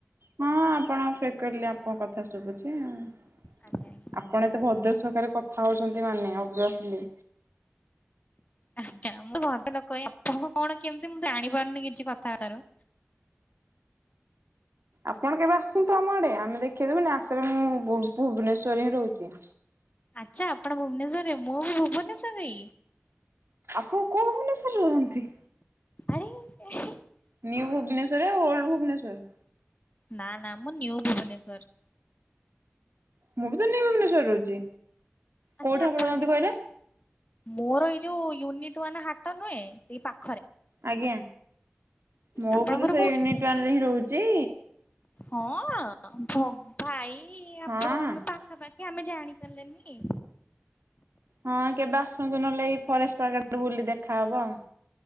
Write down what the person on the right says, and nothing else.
ହଁ ଆପଣ ଫ୍ରିକ୍ୱିଟଲି ଆପଣଙ୍କ କଥା ଶୁଭୁଚି। ଚିଁ
ଆପଣ ଏତେ ଭଦ୍ର ସହକାରେ କଥା ହୋଉଚନ୍ତି ମାନେ ଅଭିଅସ୍ ଲେ
ଆପଣ କେବେ ଆସନ୍ତୁ ଆମ ଆଡେ ଆମେ ଦେଖେଇ ଦୋବୁନି ଆକଚୁଅଲି ମୁଁ ଭୁ-ଭୁବନେଶ୍ଵରରେ ହିଁ ରହୁଚି।
ଆପଣ କୋଉ ଭୁବନେଶ୍ଵରରେ ରହନ୍ତି?
ନିଉ ଭୁବନେଶ୍ୱରରେ ୟା ଓଲଡ୍ ଭୁବନେଶ୍ଵର?
ମୁଁ ବି ତ ନିଉ ଭୁବନେଶ୍ୱରରେ ରହୁଚି।
କୋଉଠି ଆପଣ ରହନ୍ତି
କଇଲେ?
ଆଜ୍ଞା ମୁଁ
ବି ତ ସେଇ
ୟୁନିଟ୍ ୱାନରେ ହଁ ରହୁ ଚି
ହଁ
ହଁ କେବେ ଆସନ୍ତୁ ନହେଲେ ଏଇ ଫରେଷ୍ଟ୍ <unintelligible> ବୁଲି ଦେଖାହବ ଆଉ।